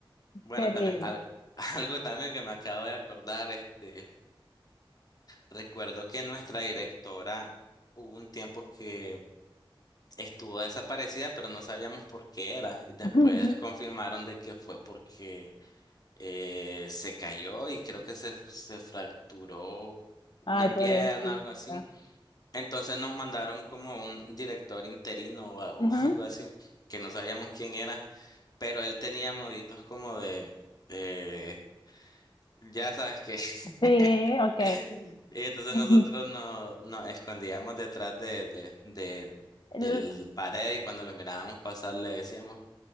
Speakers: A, on the left; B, on the left.
A: Bueno,
B: Terrible.
A: también al- <laughs> algo también que me acabo de acordar, este, recuerdo que nuestra directora hubo un tiempo que estuvo desaparecida, pero no sabíamos por qué era. Y después
B: <laughs>
A: confirmaron de que fue porque eh, se cayó y creo que se, se fracturó
B: Ay,
A: una pierna,
B: pobrecita.
A: algo así. Entonces nos mandaron como un director interino o, a- o
B: Ujú.
A: <laughs> algo así, que no sabíamos quién era, pero él tenía moditos como de, eh, ya sabes qué. <laughs>
B: Sí, ok.
A: Y entonces
B: <laughs>
A: nosotros nos, nos escondíamos detrás de, de, de,
B: El-
A: del pared y cuando lo mirábamos pasar le decíamos,